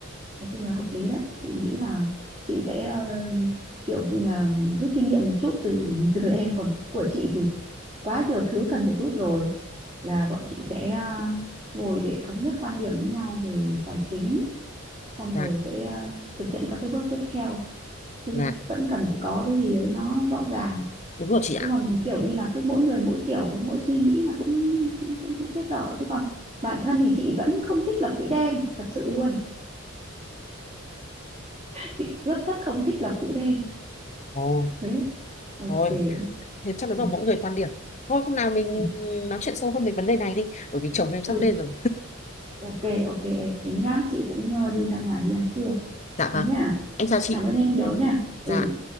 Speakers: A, on the right; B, on the left.
A: nói chung là hợp lý đấy chị nghĩ là chị sẽ ờ, kiểu như là rút kinh nghiệm một chút từ <laughs> từ em còn của chị thì quá nhiều thứ cần phải rút rồi là bọn chị sẽ ờ, ngồi để thống nhất quan điểm với nhau về tài chính xong
B: dạ
A: rồi sẽ ờ, thực hiện các cái bước tiếp theo chứ
B: dạ
A: vẫn cần phải có cái gì đấy nó rõ ràng
B: đúng rồi chị ạ
A: chứ còn kiểu như là cứ mỗi người mỗi kiểu mỗi suy nghĩ là cũng cũng cũng, cũng chết dở chứ còn bản thân thì chị vẫn không thích lập quỹ đen thật sự luôn chị rất rất không thích lập quỹ đen
B: Ồ,
A: thế ok
B: thôi thế chắc
A: ừ.
B: là mỗi người quan điểm thôi hôm nào mình
A: Ừ.
B: nói chuyện sâu hơn về vấn đề này đi bởi vì chồng em sắp
A: ừ
B: lên rồi
A: ok ok em tính nhá chị cũng ờ, đi ra ngoài đi ăn trưa
B: <laughs> dạ
A: Thế
B: vâng
A: nhá
B: em chào chị
A: cảm ơn em Ừ. nhiều nhá ừ
B: Dạ.